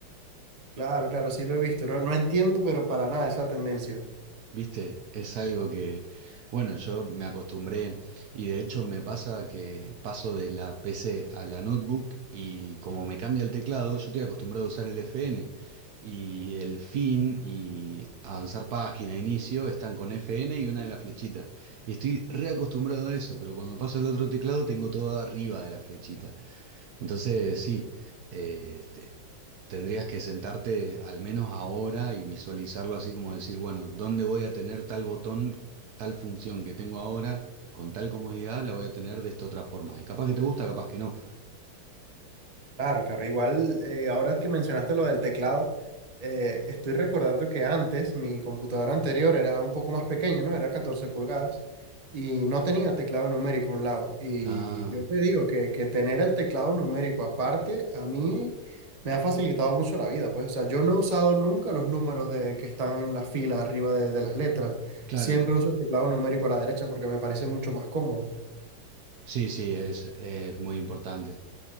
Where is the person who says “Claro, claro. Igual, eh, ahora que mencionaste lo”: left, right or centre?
Right